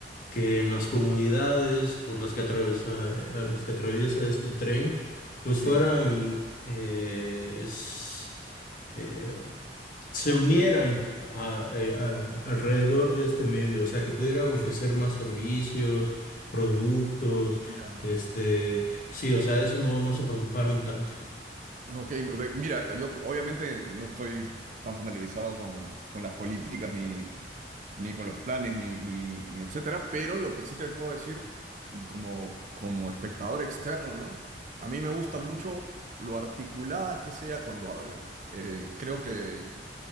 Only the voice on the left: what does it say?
que en las comunidades por las que atraviesa, a las que atraviesa este tren, pues
fueran... eh, s- eh, se unieran a- eh, a- alrededor de este medio, o sea, que pudieran ofrecer más servicios, productos,
este, sí, o sea, eso no, no se preocuparon tanto,